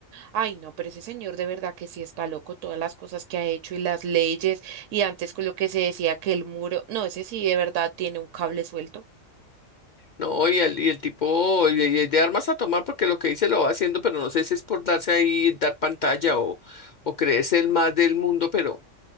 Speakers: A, on the right (about 75°); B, on the left (about 50°).
A: ay, no, pero ese señor de verdad que sí está loco, todas las cosas que ha hecho y las leyes, y antes con lo que se decía que el muro, no, ese sí de verdad tiene un cable suelto.
B: No, y el, y el tipo, y, y el de armas a tomar, porque lo que dice lo va haciendo, pero no sé si es por darse ahí, dar pantalla o, o creerse el más del mundo, pero,